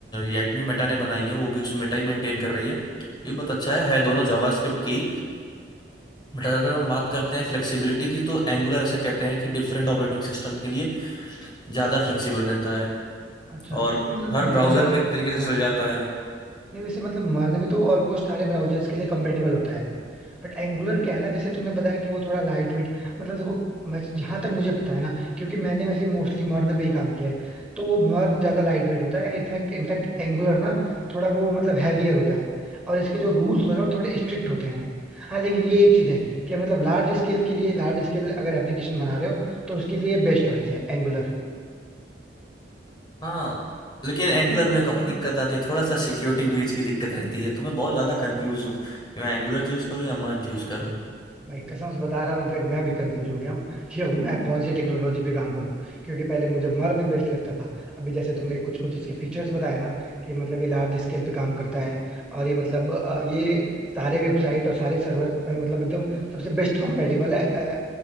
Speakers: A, on the left; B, in the centre.
A: यग्मी मेटा ने बनाई है वो भी उस मेटा ही मेंटेन कर रही है ये बहुत अच्छा है है दोनों जावास्क्रिप्ट की बट अगर हम बात करते हैं फ्लेक्सिबिलिटी की तो एंगुलर ऐसा कहते हैं कि डिफरेंट ऑपरेटिंग सिस्टम के लिए ज़्यादा फ्लेक्सिबल रहता है
B: अच्छा नहीं,
A: और
B: मतलब
A: हर
B: मुझे
A: ब्राउज़र
B: जहां तक
A: पे एक तरीके
B: हाँ
A: से चल जाता है
B: नहीं वैसे मतलब मर्न भी तो ऑलमोस्ट सारे ब्राउजर्स के लिए कंपेटेबल होता है बट एंगुलर क्या है ना जैसे तुमने बताया कि वो थोड़ा लाइट वेट मतलब देखो मैं जहां तक मुझे पता है ना क्योंकि मैंने वैसे मोस्टली मर्न पे ही काम किया है तो वो मर्न ज्यादा लाइट वेट होता है इनफैक्ट इनफैक्ट एंगुलर ना थोड़ा वो मतलब हैवियर होता है और इसके जो रूल्स हैं वो थोड़े स्ट्रिक्ट होते हैं हाँ लेकिन ये एक चीज है कि मतलब लार्ज स्केल के लिए लार्ज स्केल अगर एप्लीकेशन बना रहे हो तो उसके लिए बेस्ट चॉइस है एंगुलर
A: हाँ लेकिन एंगुलर में एक और दिक्कत आती है थोड़ा सा सिक्योरिटी ब्रीच की दिक्कत रहती है तो मैं बहुत ज़्यादा कंफ्यूज हूँ कि मैं एंगुलर चूज़ करूँ या मर्ज चूज़ करूँ
B: भाई कसम से बता रहा हूँ इनफैक्ट मैं भी कंफ्यूज हो गया हूँ कि अब मैं कौन सी टेक्नोलॉजी पे काम करूँ क्योंकि पहले मुझे मर्न बेस्ट लगता था अभी जैसे तुमने कुछ कुछ इसके फीचर्स बताए ना कि मतलब ये लार्ज स्केल पे काम करता है और ये मतलब अ, ये सारे वेबसाइट और सारे सर्वर पे मतलब एकदम सबसे बेस्ट कंपेटेबल है